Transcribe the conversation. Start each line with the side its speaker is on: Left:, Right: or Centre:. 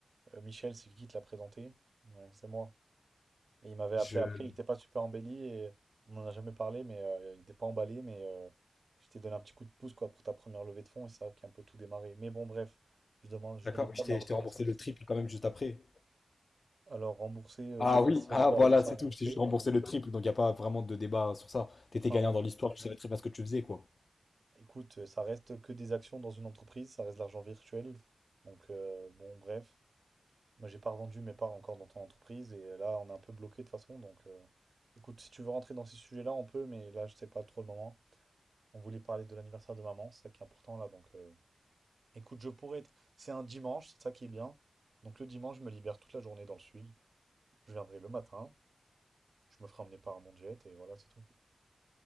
Right: euh, Michel, c'est qui qui te l'a présenté? Ouais, c'est moi. Et il m'avait
Left: Je...
Right: appelé après, il était pas super embelli et on n'en a jamais parlé, mais euh, il était pas emballé, mais euh, je t'ai donné un petit coup de pouce quoi pour ta première levée de fonds et ça qui a un peu tout démarré. Mais bon bref, je demande, je
Left: D'accord,
Right: demande
Left: mais
Right: pas
Left: je
Right: de
Left: t'ai
Right: la reconnaissance.
Left: je t'ai remboursé le triple quand même juste après.
Right: Alors rembourser, euh,
Left: Ah
Right: je sais pas
Left: oui,
Right: si
Left: ah
Right: on peut
Left: voilà,
Right: appeler ça
Left: c'est
Right: rembourser.
Left: tout. Je t'ai juste remboursé le triple, donc il n'y a pas vraiment de débat sur ça. T'étais
Right: Enfin,
Left: gagnant
Right: rem-
Left: dans l'histoire, tu savais très bien ce que tu faisais, quoi.
Right: écoute, euh, ça reste que des actions dans une entreprise, ça reste de l'argent virtuel. Donc euh, bon bref, moi j'ai pas revendu mes parts encore dans ton entreprise et là on est un peu bloqué de toute façon. Donc euh, écoute, si tu veux rentrer dans ces sujets-là, on peut, mais là je sais pas trop le moment. On voulait parler de l'anniversaire de maman, c'est ça qui est important là. Donc, euh, écoute, je pourrais être. C'est un dimanche, c'est ça qui est bien. Donc, le dimanche, je me libère toute la journée dans le sud. Je viendrai le matin, je me ferai emmener par mon jet et voilà, c'est tout.